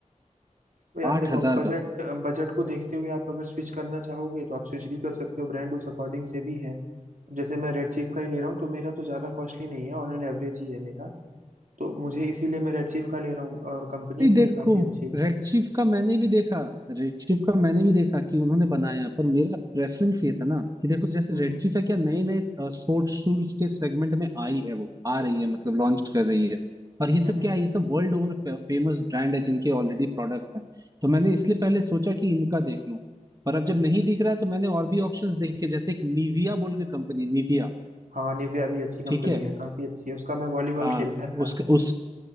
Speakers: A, on the right; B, on the right.
A: तो यार
B: आठ
A: देखो
B: हजार
A: बजट
B: का
A: बजट को देखते हुए आप अगर स्विच करना चाहोगे तो आप स्विच भी कर सकते हो ब्रांड उस अकॉर्डिंग से भी है अब जैसे मैं रेड चीफ का ही ले रहा हूँ तो मेरा तो ज़्यादा कॉस्टली नहीं है ऑन एन एवरेज ही है मेरा तो मुझे इसीलिए मैं रेड चीफ का ले रहा हूँ और कंपनी
B: नहीं
A: भी
B: देखो
A: है काफ़ी अच्छी
B: रेड चीफ का मैंने भी देखा रेड चीफ का मैंने भी देखा कि उन्होंने बनाया पर मेरा प्रेफरेंस ये था ना कि देखो जैसे
A: हम्म
B: रेड
A: हम्म
B: चीफ है क्या नए नए स्पोर्ट्स शूज के सेगमेंट में आई है वो आ रही है मतलब लॉन्च कर रही है और ये सब
A: हम्म, हम्म।
B: क्या है ये सब वर्ल्ड ओवर फेमस ब्रांड है जिनके ऑलरेडी प्रोडक्ट्स हैं तो मैंने इसलिए पहले सोचा कि इनका देख लूं पर अब जब नहीं दिख रहा है तो मैंने और भी ऑप्शंस देखे जैसे एक निविया बोल के कंपनी है, निविया
A: हाँ निविया भी अच्छी कंपनी
B: ठीक है
A: है काफ़ी अच्छी है उसका मैं वॉलीबॉल
B: हाँ
A: खेलता था
B: उसका उस